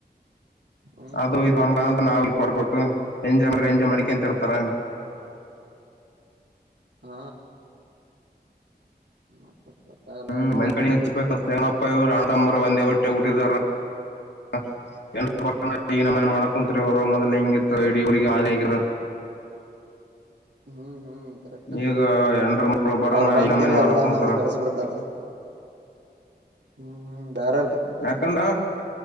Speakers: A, on the right (about 80°); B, on the left (about 80°).
A: ಹ್ಮ್
B: ಅದು
A: ಹ್ಮ್
B: ಇದೊನ್ಕಂತ ನಾವವು ಕೊರ್ಕೋಕ್ ಎಂಜನರ ಎಂಜ ಮಣಿಕ ಅಂತರ್ತಾರ
A: ಹ್ಮ <unintelligible>
B: ಹ್ಮ್
A: ಅದಣ್ಣ
B: <unintelligible> ಹಚ್ಚಿತಪ್ಪ ಇವರುಂಬ ಒಂದೇ ಒಟ್ಟೆ ಹಟ್ಟಿದಾರ <unintelligible> ಮನೆ ಮಾಡ ಕುಂತ್ರಿ ಅವರು ಮೊದ್ ಹೆಂಗ ಇದ್ ಇಡ್ರಿಗೆ ಆಗರ
A: ಹ್ಮ್ ಹ್ಮ್ ಕರೆಕ್ಟ್
B: ಈಗ ಎಂಡ್ರ ಮಕ್ಳು ಬರೋಣ
A: ಅವರು ಬಂದ್
B: ಈ ನಮ್ಮನೆ
A: ಕರಿ
B: ಮಾಡಕ್
A: ಎಲ್ಲಾ
B: ಕುಂತಾರ
A: ನಮ್ದ ಕೆಲ್ಸ ಬಿಡ್ತಾರ ಹ್ಮ್ ಬಾರ
B: ಯಾಕಂದ